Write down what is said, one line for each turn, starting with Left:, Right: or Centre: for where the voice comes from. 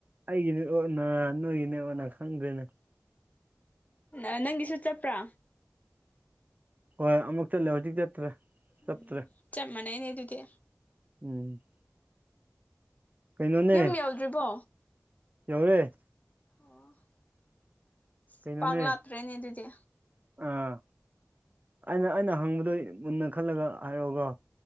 Right: ꯑꯩꯒꯤ ꯅꯦꯠꯋꯥꯛꯅ ꯅꯣꯏꯒꯤ ꯅꯦꯠꯋꯥꯛꯅꯔ ꯈꯪꯗ꯭ꯔꯦꯅꯦ
Left: ꯑ ꯅꯪꯒꯤꯁꯨꯨ ꯆꯞꯄ꯭ꯔꯥ
Right: ꯍꯣꯏ ꯑꯃꯨꯛꯇꯥ <unintelligible> ꯆꯠꯇ꯭ꯔꯦ ꯆꯠꯇ꯭ꯔꯦ
Left: ꯎꯝ ꯆꯞ ꯃꯥꯅꯩꯅꯦ ꯑꯗꯨꯗꯤ
Right: ꯎꯝ ꯀꯩꯅꯣꯅꯦ
Left: ꯌꯨꯝ ꯌꯧꯗ꯭ꯔꯤꯕꯣ
Right: ꯌꯧꯔꯦ
Left: ꯑꯣ ꯑꯁ
Right: ꯀꯩꯅꯣꯅꯦ
Left: ꯄꯥꯛ ꯂꯥꯛꯇ꯭ꯔꯦꯅꯦ ꯑꯗꯨꯗꯤ
Right: ꯑꯥ ꯑꯩꯅ ꯑꯩꯅ ꯍꯪꯕꯗꯣ ꯃꯨꯟꯅ ꯈꯜꯂꯒ ꯍꯥꯏꯔꯛꯑꯣꯀꯣ